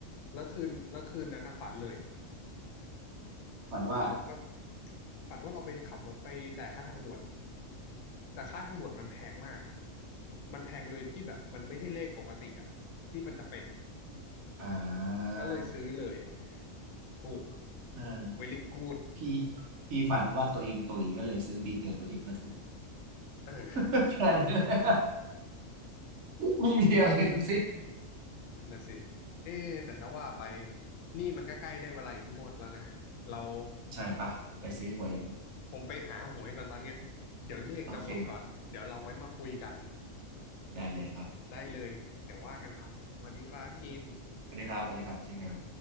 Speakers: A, on the left (about 80°); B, on the right (about 65°).
A: แล้วคืนแล้วคืนนั้นน่ะฝันเลย
B: ฝันว่า
A: เราก็ฝันว่าเราไปขับรถไปจ่ายค่าทางด่วนแต่ค่าทางด่วนมันแพงมากอะมันแพงโดยที่แบบมันไม่ใช่เลขปกติอะที่มันจะเป็น
B: อ่า
A: ก็เลยซื้อเลยถูก
B: เออ
A: เวลิกูด
B: พี่พี่ฝันว่าตัวเองตุยก็เลยซื้อปีเกิดตัวเองก็ถูก
A: เออ
B: <laughs> แค่นี้เลย <laughs> ไม่มีอะไรทั้งสิ้น
A: นั่นนะสิเอ๊ะแต่จะว่าไปนี่มันก็ใกล้ได้เวลาอีกงวดแล้วนะเรา
B: ใช่ปะไปซื้อหวย
A: ผมผมผมผมไปหาหวยก่อนตอนเนี้ยเดี๋ยวเลขจะหมดก่อนเดี๋ยวเราไว้มาคุยกัน
B: โอเคได้เลยครับ
A: ได้เลยเดี๋ยวว่ากันครับสวัสดีครับพี่กิน
B: สวัสดีครับสวัสดีครับเจริงครับ